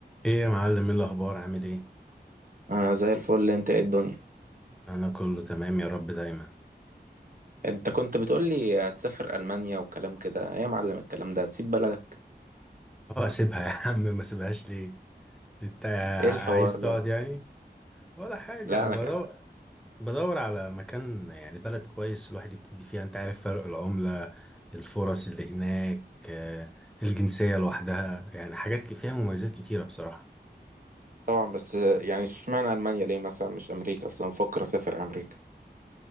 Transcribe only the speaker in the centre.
ايه يا معلم ايه الاخبار عامل ايه
انا كله تمام يا رب دايما
اه اسيبها يا عم ما سيبهاش ليه انت
عايز
تقعد يعني ولا حاجه
بدور
بدور على مكان يعني بلد كويس الواحد يبتدي فيها انت عارف فرق العمله الفرص اللي هناك آه، الجنسيه لوحدها يعني حاجات ك- فيها مميزات كتيره بصراحه